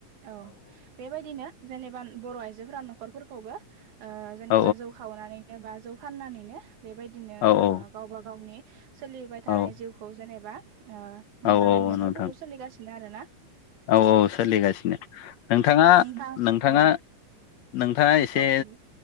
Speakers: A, on the right; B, on the left.
A: औ बेबायदिनो जेनेबा बर' आइजोफोरा न'खरफोरखौबो ओ जेनेबा
B: औ
A: जौ खावनानै एबा जौ फाननानैनो बेबायदिनो
B: औ औ
A: गावबा गावनि सोलिबाय थानाय
B: औ
A: जिउखौ जेनेबा ओ
B: औ
A: मोजाङै न'खरफोरखौ
B: औ नोंथां
A: सोलिगासिनो आरोना
B: औ औ सोलिगासिनो नोंथाङा
A: नोंथां
B: नोंथाङा
A: औ
B: नोंथाङा एसे
A: औ